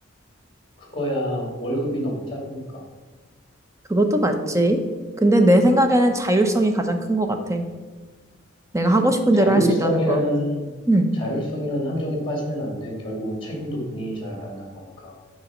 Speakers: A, on the left (about 25°); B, on the right (about 15°).
A: 그거야 월급이 너무 작으니까.
B: 그것도 맞지. 근데 내 생각에는 자율성이 가장 큰 것 같아. 내가
A: 그
B: 하고 싶은
A: 자율성이라는
B: 대로 할 수 있다는 거. 음.
A: 자율성이라는 함정에 빠지면 안 돼. 결국은 책임도 본인이 져야 한다는 거니까.